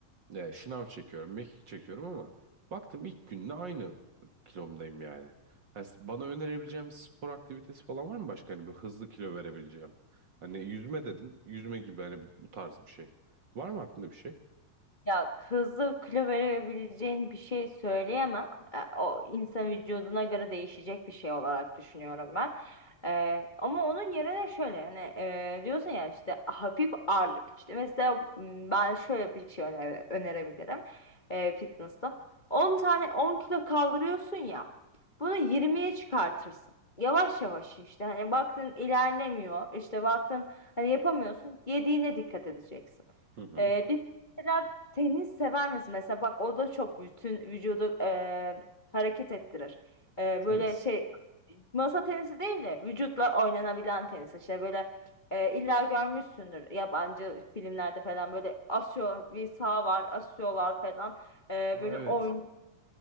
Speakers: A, on the right; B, on the left.
A: E, şınav çekiyorum, mekik çekiyorum ama Baktım ilk günde aynı kilomdayım yani. Yani s- bana önerebileceğim spor aktivitesi falan var mı başka hani bir hızlı kilo verebileceğim? Hani yüzme dedin. Yüzme gibi hani bu tarz bir şey. Var mı aklında bir şey?
B: Ya hızlı kilo verebileceğin bir şey söyleyemem. E, O insan vücuduna göre değişecek bir şey olarak düşünüyorum ben. E, ama onun yerine şöyle hani e, diyorsun ya işte hafif ağırlık. İşte mesela m, ben şöyle bir şey öne- önerebilirim e, fitness'ta. 10 tane 10 kilo kaldırıyorsun ya. Bunu yirmiye çıkartırsın. Yavaş yavaş işte hani baktın ilerlemiyor. işte baktın hani yapamıyorsun. Yediğine dikkat edeceksin.
A: Hı hı.
B: E, bir Mesela Tenis sever misin? Mesela bak o da çok bütün vücudu e, hareket ettirir. E,
A: Tenis.
B: böyle şey masa tenisi değil de vücutla oynanabilen tenis. İşte böyle e, illa görmüşsündür yabancı filmlerde falan böyle asıyor bir saha var asıyorlar falan. E,
A: Aa
B: böyle
A: evet.
B: oyun.